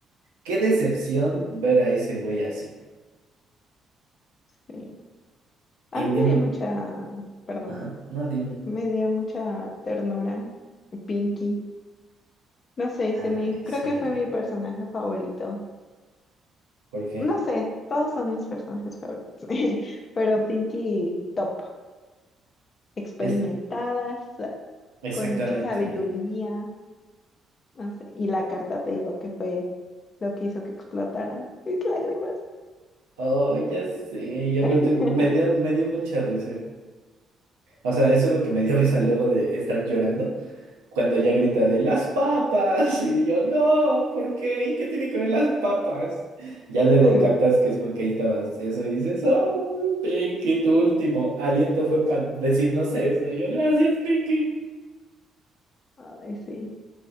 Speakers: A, on the right (about 80°); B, on the left (about 45°).
A: qué decepción ver a ese güey así.
B: sí. A
A: Im-
B: mí me
A: im-
B: dio mucha, perdón,
A: Ajá, no, dime.
B: me dio mucha ternura Pinky. No sé,
A: Ay,
B: se me, creo
A: sí.
B: que fue mi personaje favorito.
A: ¿Por qué?
B: No sé, todos son mis personajes favoritos, <laughs> pero Pinky top, experimentada,
A: Es
B: sa-
A: exactamente.
B: con mucha sabiduría, no sé, y la carta te digo que fue lo que hizo que explotaran mis lágrimas.
A: Oh, ya sé. Y aparte,
B: <laughs>
A: me dio, me dio mucha risa. O sea, eso es lo que me dio risa luego de estar llorando. Cuando ya grita de las papas. <laughs> Y yo, no, ¿por qué? ¿Y qué tiene que ver las papas? Ya luego
B: Sí,
A: captas que es porque ahí estabas eso y dices, oh, Pinky, tu último aliento fue para decirnos eso. Y yo, gracias, Pinky.
B: Ay, sí.